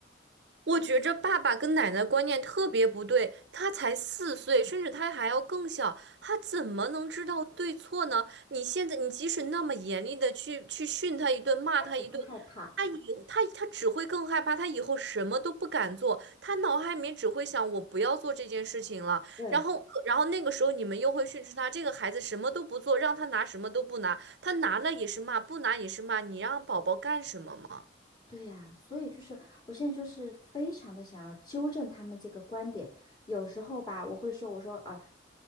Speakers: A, on the right (about 65°); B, on the left (about 25°).
A: 我觉着爸爸跟奶奶观念特别不对，他才四岁，甚至他还要更小，他怎么能知道对错呢？你现在，你即使那么严厉的去去训他一顿，骂他一顿，
B: 他只会害怕，
A: 他以他他只会更害怕，他以后什么都不敢做，他脑海里面只会想我不要做这件事情了。
B: 对。
A: 然后，然后那个时候你们又会训斥他，这个孩子什么都不做，让他拿什么都不拿，他拿了也是骂，不拿也是骂，你让宝宝干什么嘛？
B: 对呀，所以就是我现在就是非常的想要纠正他们这个观点。有时候吧，我会说，我说啊、